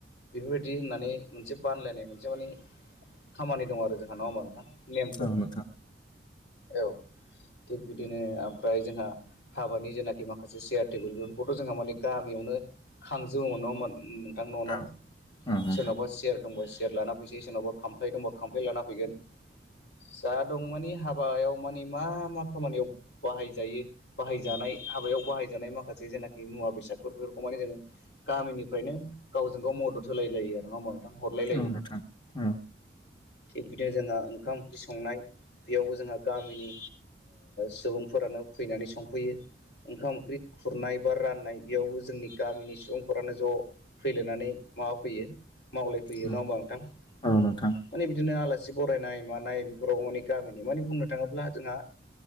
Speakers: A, on the left; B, on the left.
A: बेफोरबायदि होननानै मोनसे बानलायनाय मोनसे माने खामानि दं आरो जों नंङा होमबा नोंथा नेमफोर
B: औ नोंथां
A: औ थिग बिदिनो ओमफ्राय जोंहा हाबानि जेनाखि माखासे सियार टेबोल बेफोरखौथ' जोंहा माने गामियावनो खांजोबोमोनोन नोंथां न' न'।
B: औ औ
A: सोरनावबा
B: नोंथां
A: सेर दंबा सयेर लाना फैसै सोरनावबा खामफ्लाय दंबा खामफ्लाय लाना फैगोन जा दं मानिे हाबायाव मानि मा मा खामानियाव बाहायजायो बाहायजानाय हाबायाव बाहायजानाय माखासे जेनाखि मुवा बेसादफोरखौ माने जोङो गामिनिफ्रायनो गावजों गाव मदद होलाय लायो आरो नङाहोमबा हरलाय लायो
B: औ नोंथां औ
A: थिग बिदिनो जोंहा ओंखाम। ओंख्रि संनाय बेयावबो जोंहा गामिनि सुबुंफोरानो फैनानै संफैयो ओंखाम ओंख्रि खुरनाय बा राननाय बेयावबो जोंनि गामिनि सुबुंफोरानो ज' फैलायनानै माबा फैयो मावलायफैयो
B: औ
A: नङा होमबा नोंथां।
B: औ नोंथां।
A: माने बिदिनो आलासि बरायनाय मानाय बेफोराव माने गामिनि माने बुंनो थाङोब्ला जोंहा।